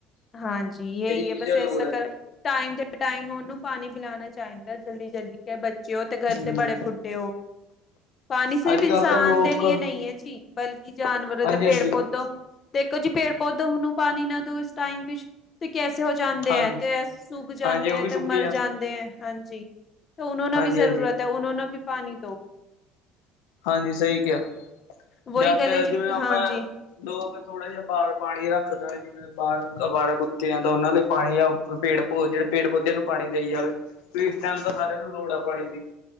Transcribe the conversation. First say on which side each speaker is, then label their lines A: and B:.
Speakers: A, on the left; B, on the left.
A: ਹਾਂਜੀ ਇਹੀ ਹੈ
B: ਚੀਜ਼ਾਂ
A: ਬਸ ਇਸੇ
B: ਲੋੜ ਹੈ
A: ਕਰ ਟਾਈਮ। ਟਾਈਮ ਉਹਨੂੰ ਪਾਣੀ ਪਿਲਾਉਣਾ ਚਾਹੀਦਾ ਜਲਦੀ ਜਲਦੀ, ਕ ਬੱਚੇ ਹੋ ਤੇ ਘਰ ਦੇ
B: ਹਮ
A: ਬੜੇ ਬੁੱਢੇ ਹੋ। ਪਾਣੀ ਸਿਰਫ਼
B: ਅੱਜ
A: ਇਨਸਾਨ
B: ਕੱਲ੍ਹ ਤਾਂ ਲੋਕ
A: ਦੇ ਲਈ ਨਹੀਂ ਹੈ ਜੀ, ਬਲਕਿ ਜਾਨਵਰ
B: ਹਾਂਜੀ
A: ਅਤੇ ਪੇੜ
B: ਹਾਂਜੀ
A: ਪੌਦੇ। ਜਿ ਪੇੜ ਪੌਦੇ ਨੂੰ ਪਾਣੀ ਨਾ ਦਿਓ ਇਸ ਟਾਈਮ ਵਿੱਚ! ਤੇ ਕੈਸੇ ਹੋ ਜਾਂਦੇ
B: ਹਾਂ
A: ਹੈ ਤੇ ਸੁਕ ਜਾਂਦੇ
B: ਹਾਂਜੀ ਉਹ
A: ਆ,
B: ਵੀ
A: ਤੇ
B: ਸੁੱਕੀ
A: ਮਰ ਜਾਂਦੇ ਹੈ ਹਾਂਜੀ। ਤਾਂ ਉਹਨਾਂ ਨੂੰ
B: ਹਾਂਜੀ
A: ਵੀ ਜ਼ਰੂਰਤ
B: ਹਾਂਜੀ
A: ਹੈ ਉਹਨਾਂ ਨੂੰ ਵੀ ਪਾਣੀ ਦੋ
B: ਹਾਂਜੀ ਸਹੀ ਕਿਹਾ,
A: ਵਹੀ
B: ਜਾ
A: ਗੱਲ ਹੈ ਜੀ
B: ਜਿਵੇਂ ਆਪਾਂ
A: ਹਾਂਜੀ।
B: ਲੋਕ ਥੋੜਾ ਜਿਹਾ ਬਾਹਰ ਪਾਣੀ ਰੱਖਦਾ, ਜਿਵੇਂ ਬਾਹਰ ਅਵਾਰਾ ਕੁੱਤੇ ਆ ਤਾਂ ਉਹਨਾਂ ਲਈ ਪਾਣੀ ਆ ਪੇੜ ਪ ਜਿਹੜੇ ਪੇੜ ਪੌਦੇੇ ਨੂੰ ਪਾਣੀ ਦੇਈ ਜਾਵੇ, ਵੀ ਇਸ ਟਾਈਮ ਤਾਂ ਸਾਰਿਆਂ ਨੂੰ ਲੋੜ ਆ ਪਾਣੀ ਦੀ।